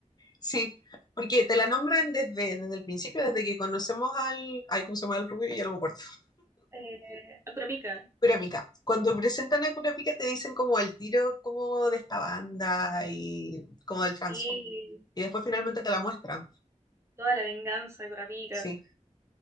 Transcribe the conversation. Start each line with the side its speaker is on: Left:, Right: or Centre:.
Left: sí, porque te la nombran desde, desde el principio, desde que conocemos al, ay, ¿cómo se llama el rubio? Ya no me acuerdo,
Right: Eh, Curapica
Left: Kurapika. Cuando presentan a Kurapika te dicen como el tiro como de esta banda y como del trans
Right: y
Left: Y después finalmente te la muestran,
Right: toda la venganza de Curapica,
Left: sí.